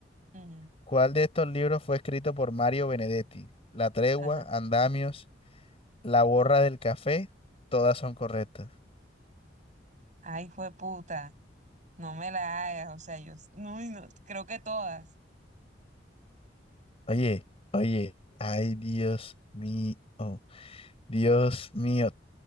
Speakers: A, on the right; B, on the left.
A: Ujú,
B: ¿Cuál de estos libros fue escrito por Mario Benedetti? La tregua,
A: Ajá.
B: Andamios, La borra del café, todas son correctas.
A: Ay, fue puta. No me la hagas. O sea, yo s- no, y no, creo que todas.
B: Oye, oye, ay, Dios mío, Dios mío.